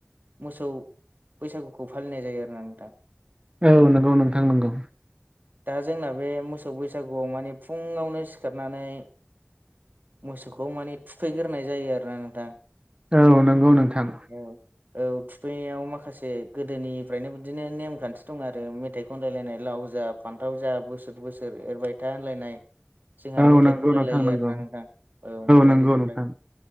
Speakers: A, on the right (about 50°); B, on the right (about 25°).
A: मोसौ बैसागुखौ फालिनाय जायो आरोना नोंथां।
B: औ नंगौ नोंथां नोंगौ।
A: दा जोंना बे मोसौ बैसागुआव माने फुङावनो सिखारनानै मोसौखौ माने थुफैग्रोनाय जायो आरोना नोंथां।
B: औ नंगौ नोंथां।
A: औ औ थुफैनायाव माखासे गोदोनिफ्रायनो बिदिनो नेमखान्थि दं आरो मेथाइ खनलायलायनाय लाव जा फान्थाव जा बोसोर बोसोर एरबाय था होनलायनाय जोंहा
B: औ
A: मेथाइ
B: नंगौ
A: खनलाय
B: नोंथां
A: लायो
B: नंगौ
A: आरोना नोंथां औ मेथाइ
B: नंगौ
A: रोजाबलायो।
B: नोंथां